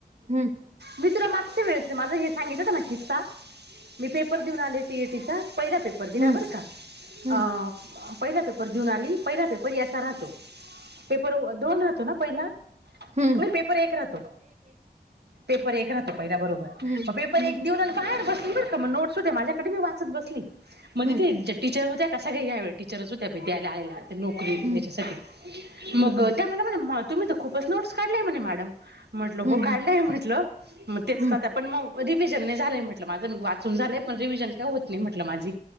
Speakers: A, on the right; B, on the right.
A: हम्म
B: मी तुला मागच्या वेळसचा माझं हे सांगितल होत ना किस्सा. मी पेपर देऊन आले सी ई टी चा पहिला पेपर दिला
A: हं,
B: बरं का
A: हं,
B: अ पहिला पेपर देऊन आली. पहिला पेपर याचा राहतो. पेपर दोन राहतो ना पहिला?
A: हं.
B: नाही पेपर एक राहतो. पेपर एक राहतो पहिल्या बरोबर
A: हं,
B: मग पेपर
A: हं,
B: एक देऊन आणि बाहेर बसलो बर का मग नोट्स होत्या माझ्याकडे मी वाचत बसली. मग
A: हं,
B: तिथे त्या टीचर होत्या ना सगळे ह्या वेळ <unintelligible> टीचर टीचर च होत्या द्यायला आलेल्या नोकरी न
A: हं,
B: यांच्यासाठी
A: हं,
B: मग
A: हं, हं,
B: त्या मला म्हणल्या तुम्ही तर खूपच नोट्स काढल्याय म्हणे मॅडम म्हणलं हो
A: हं.
B: काढल्याय म्हटलं मग तेचच
A: हं,
B: आता पण रिव्हिजन नाही झालंय, म्हटलं माझं मी वाचून झालंय पण रिव्हिजन काय होत नाही म्हटलं माझी